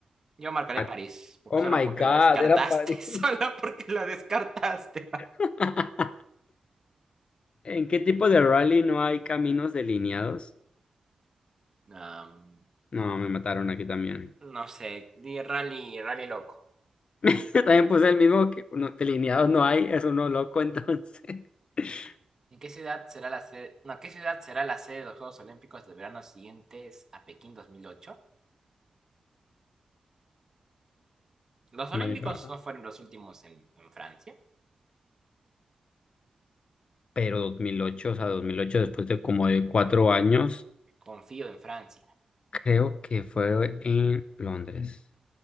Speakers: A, on the right (about 25°); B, on the left (about 50°).
A: Yo marcaré
B: Ah,
A: París, porque
B: Oh
A: solo
B: my
A: porque
B: God,
A: la descartaste.
B: era París.
A: <laughs> Solo porque la descartaste.
B: <laughs> ¿En qué tipo de rally no hay caminos delineados?
A: Am,
B: No, me mataron aquí también.
A: no sé, di rally, rally loco.
B: <laughs> Yo también puse el mismo que no, delineados no hay, es uno loco entonces. <laughs>
A: ¿En qué ciudad será la sede? No, ¿qué ciudad será la sede de los Juegos Olímpicos de verano siguientes a Pekín dos mil ocho. Los Olímpicos
B: My God.
A: no fueron los últimos en, en Francia.
B: Pero dos mil ocho o sea, 2008 después de como de cuatro años,
A: Confío en Francia.
B: creo que fue en Londres.